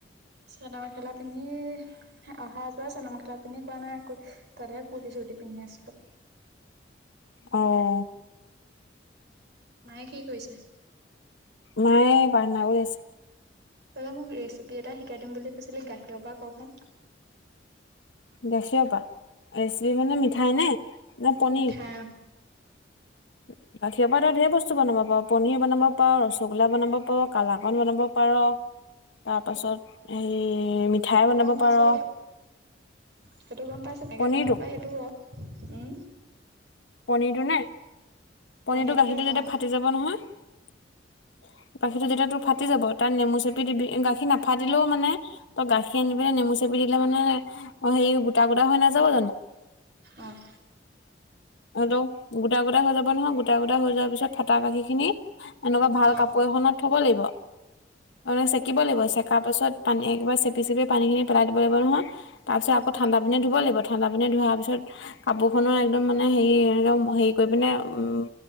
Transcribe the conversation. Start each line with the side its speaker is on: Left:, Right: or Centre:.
Right: চাদৰ মেখেলা পিন্ধি, অহা যোৱা চাদৰ, মেখেলা পিন্ধি কৰা নাই, কু <unintelligible> কুৰ্তি, চোৰ্তি পিন্ধি আছিলোঁ।
Left: অ'।
Right: মায়ে কি কৰিছে?
Left: মায়ে প্ৰাৰ্থনা কৰি আছে।
Right: দাদা মোক ৰেচিপি এটা শিকাই দিম বুলি কৈছিলে গাখীৰৰ পৰা কক চোন
Left: দেখিৰৰ পৰা, ৰেচিপি মানে মিঠাই নে, নে পনীৰ?
Right: মিঠাই
Left: <inaudible> গাখীৰৰ পৰা তই ধেৰ বস্তু বনাব পাৰে। পনীৰ বনাব পাৰে, ৰসগোল্লা বনাব পাৰে, কালাকন বনাব পাৰে। তাৰপাছত হেৰি, মিঠাই
Right: সেইটো
Left: বনাব
Right: গম পাইছো
Left: পাৰ।
Right: সেইটো গম পাইছো কেনেকে
Left: পনীৰটো
Right: বনাব পাৰে সেইটো ক?
Left: পনিৰটো নে পনিৰটো
Right: পনীৰটোকে
Left: গাখীৰটো
Right: কওঁ
Left: যেতিয়া ফাটি যাব নহয় গাখীৰটো তেতিয়া তোৰ ফাটি যাব, তাত নেমু চেপি দিবি। গাখীৰ নাফাটিলেও মানে ত গাখীৰ আনি পিনে নেমু চেপি দিলে মানে, অহ' হেৰি গোটা গোটা হৈ নাযাব জানো?
Right: অ'।
Left: হ'লেও গোটা গোটা হৈ যাব নহয়, গোটা গোটা হৈ যোৱাৰ পিছত ফটা গাখীৰ খিনি এনেকুৱা ভাল
Right: অ
Left: কাপোৰ এখনত থব লাগিব। অ' চেকিব লাগিব চেককা পাছত পানী একবাৰ চেপি চেপি পানী খিনি পেলাই দিব লাগিব নহয়। তাৰপিছ আকৌ
Right: অ
Left: ঠাণ্ডা পানীত ধুব লাগিব ঠাণ্ডা পানীয়ে ধোৱাৰ পিছত, কাপোৰো একদম মানে হেৰি একদম হেৰি কৰি পিনে, উম,